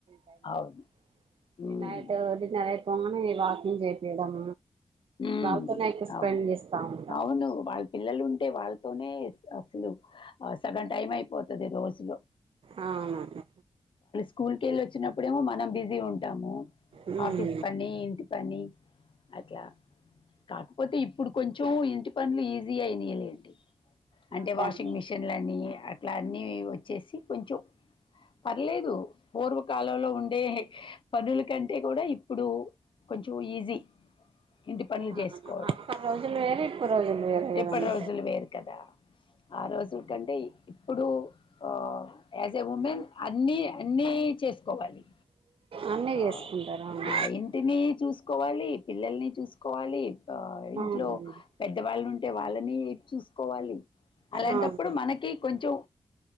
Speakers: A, on the right (about 55°); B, on the left (about 50°).
A: టై లో
B: అవును ఉమ్
A: నైట్ డిన్నర్యి పొంగనే వాకింగ్ చేపియడం
B: ఉమ్
A: బావాతోనే ఎక్కువ స్పెండ్
B: అవును
A: చేస్తా ఉంటాను
B: అవును వాళ్ళ పిల్లలు ఉంటే వాళ్ళతోనే అసలు సగం టైం అయిపోతది రోజులో
A: అవునవును
B: స్కూ కెళ్ళి వచ్చినప్పుడేమో మన బిజీ ఉం టము
A: ఉమ్
B: ఆఫీస్ పన్ని ఇంటి పన్ని అట్లా కాకపోతే ఇప్పుడు కొంచెం ఇంటి పనులు ఈజీ అయినయిలేండి అంటే
A: అంతే
B: వాషింగ్
A: అంతే
B: మిషిన్లన్నీ అట్లా అన్నీ వచ్చేసి కొంచెం పర్లేదు పూర్వకాలంలో ఉం టే పనుల కంటే కూడా ఇప్పుడు కొంచెం ఈజీ ఇంటి పనులు
A: ఆ
B: చేసుకోవడం
A: అప్పటి రోజులు వేరే ఇప్పుడు రోజులు వేరే కదండి
B: ఎప్పటి రోజులు వేరు కదా ఆ రోజు కంటే ఇ ఇప్పుడు ఆ యాజ్ ఎ ఉమెన్ అన్ని అన్ని చేసుకోవాలి
A: అన్నీ
B: ఆ
A: చేసుకుంటారు అవును
B: ఇంటిని చూసు కోవాలి పిల్లల్ని చూసుకోవాలి ఆ ఇంట్లో
A: అవునండి
B: పెద్దవాళ్ళు ఉం ఇగ వాళ్ళని చూస్ కోవాలి అలాంటప్పుడు
A: అవును
B: మనకి కొంచెం